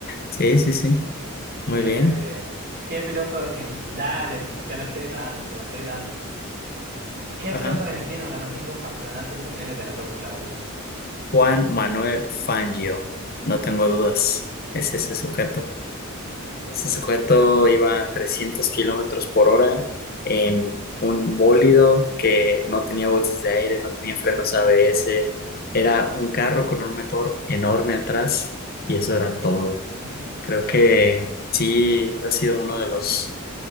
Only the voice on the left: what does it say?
Sí, sí, sí.
Muy bien.
Ajá.
Juan Manuel Fangio, no
tengo
dudas,
es ese sujeto.
Ese
sujeto iba a 300 kilómetros por hora en un bólido que no tenía bolsas de aire, no tenía frenos ABS, era un carro con un motor enorme atrás y eso era todo.
Creo que sí ha sido uno de los,